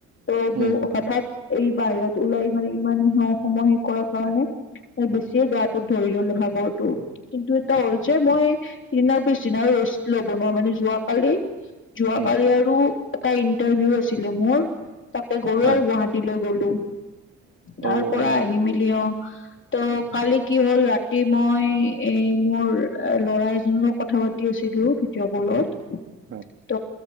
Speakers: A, on the left; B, on the right.
A: ত
B: হম
A: হঠাৎ
B: হম
A: এই বাহিৰত ওলাই মানে ইমান স সময়ে কৰা কাৰণে এ বেছিয়ে গাটোত ধৰি ললে ভাগৰটো কিন্তু এটা হ'ল যে মই সিদিনাৰ পিছদিনাৰ লবনোৱা মানে যোৱাকালি যোৱাকালি
B: হম
A: আৰু এটা ইন্টাৰভিউ আছিলে মোৰ। তাতে গলো
B: হয়
A: আৰু গুৱাহাটীলৈ গলো তাৰ
B: অ
A: পৰা
B: অ
A: আহি মেলি অহ। ত কালি কি হল ৰাতি মই এই মোৰ লৰা এজন লগ কথা পাতি আছিলো ভিডিঅ' কলত।
B: হয়
A: ত